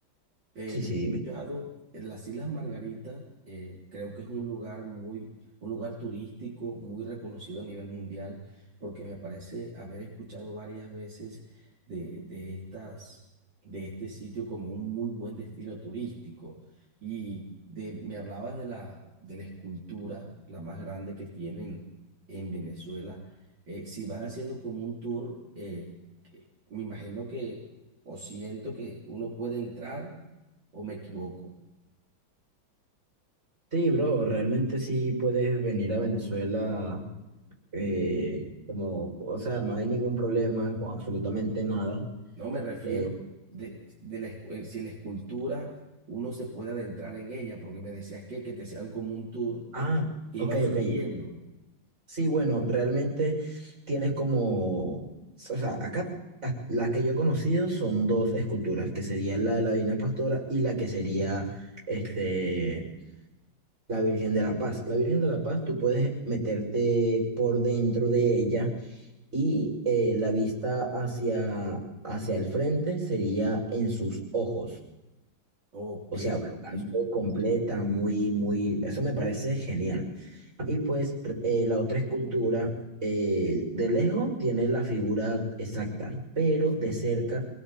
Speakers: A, on the right; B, on the right.
A: Eh,
B: sí,
A: yo
B: sí,
A: he escuchado
B: dime.
A: en las Islas Margaritas, eh, creo que es un lugar muy, un lugar turístico muy reconocido a nivel mundial, porque me parece haber escuchado varias veces de, de estas, de este sitio como un muy buen destino turístico. Y de, me hablabas de la, de la escultura, la más grande que tienen en Venezuela. Eh, si van haciendo como un tour, eh, que me imagino que, o siento que uno puede entrar o me equivoco.
B: Sí, bro, realmente sí puedes venir a Venezuela eh, como, o sea, no hay ningún problema con absolutamente nada.
A: No me refiero
B: Eh,
A: de, de la, escu- eh, si la escultura uno se puede adentrar en ella, porque me decías que, que te hacían como un tour
B: ah,
A: que
B: ok,
A: iba subiendo.
B: ok. Sí, bueno, realmente tienes como, o sea, acá a- las que yo he conocido son dos esculturas, que sería la de la Divina Pastora y la que sería, este, La Virgen de la Paz. La Virgen de la Paz, tú puedes meterte por dentro de ella y eh, la vista hacia, hacia el frente sería en sus ojos.
A: Ok,
B: O sea, bastante
A: eso,
B: completa, muy, muy, eso me parece genial. Y pues eh, la otra escultura, eh, de lejos tiene la figura exacta, pero de cerca